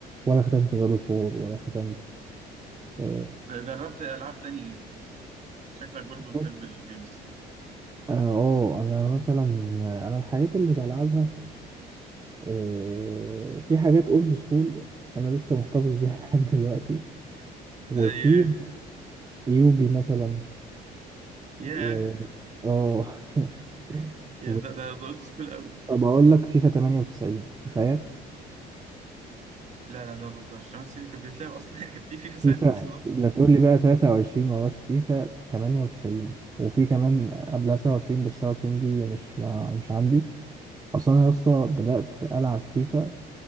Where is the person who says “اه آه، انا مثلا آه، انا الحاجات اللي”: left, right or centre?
Right